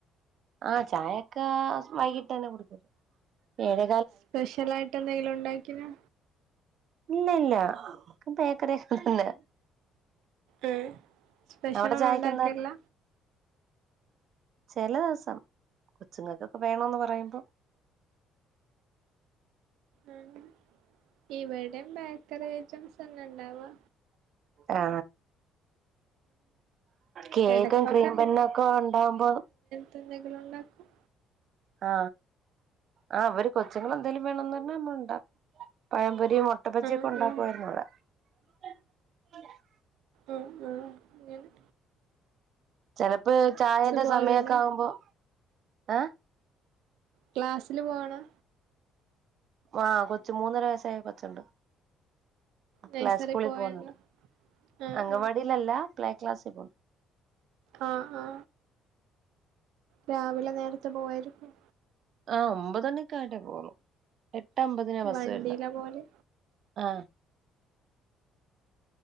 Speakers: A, on the right (about 60°); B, on the right (about 85°).
A: ആ ചായയൊക്കെ വൈകിട്ടു തന്നെ കുടിക്കും. ഏഴര
B: സ്പെഷ്യലായിട്ട്എന്തെലും ഉണ്ടാക്കിന്നോ
A: ഇല്ല ഇല്ല നമ്മുക്ക് ബേക്കറിയൊക്കെ തന്നെ.
B: ഉം. സ്പെഷ്യൽ
A: അവിടെ
B: ഒന്നുമുണ്ടാക്കേല്ല?
A: ചായക്ക് ചില ദിവസം. കൊച്ചുങ്ങകൊക്കെ വേണേന്ന്പറയുമ്പം
B: ഉം ഇവിടെയും ബേക്കറി ഐറ്റംസ് തന്നെ ഉണ്ടാവുക.
A: ആ കേക്കും
B: എടക്കൊക്കെ
A: ക്രീം ബന്നു ഒക്കെ ഉണ്ടാവുമ്പം
B: തിന്നെങ്കിലൊണ്ടാക്കും
A: ആ ആ അവരു കൊച്ചുങ്ങളെന്തേലും വേണോന്നു പറഞ്ഞ നമ്മളൊണ്ടാക്കും പഴം പൊരി ഈ മൊട്ടബജ്ജിയൊക്കെ
B: ആഹ്
A: ഉണ്ടാക്കുവാരുന്നുവിടെ.
B: ആഹ്
A: <unintelligible>
B: ഉം ഉം ങ്ങനെ
A: ചെലപ്പ് ചായേന്റെ
B: പോവലുണ്ടോ
A: സമായൊക്കെ ആവുമ്പോ. ഏ?
B: ക്ലാസ്സില് പോണ്.
A: ആ കൊച്ച് മൂന്നര വയസ്സായ കൊച്ചൊണ്ട്.
B: നഴ്സറി
A: പ്ലേ സ്കൂളി
B: പോവലുണ്ടോ
A: പൊന്നൊണ്ട്,
B: ആഹ്
A: അംഗൻവാടീലല്ലാ
B: ആഹ്
A: പ്ലേ ക്ലാസ്സിപോണ്.
B: ആ ആ രാവിലേ നേരത്തെബ പോവ്വാരിക്കും.
A: ആ ഒമ്പതുമണിക്കായിട്ടേ പോവ്വൊള്ളൂ. ഏട്ടമ്പതിനാ ബസ്
B: വണ്ടിയിലാ
A: വരുന്നേ,
B: പോവല്
A: ആ.